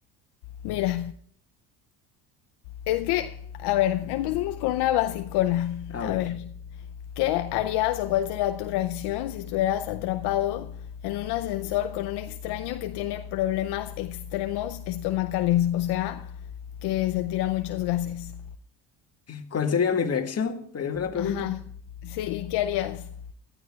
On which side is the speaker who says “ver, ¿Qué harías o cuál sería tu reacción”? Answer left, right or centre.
Left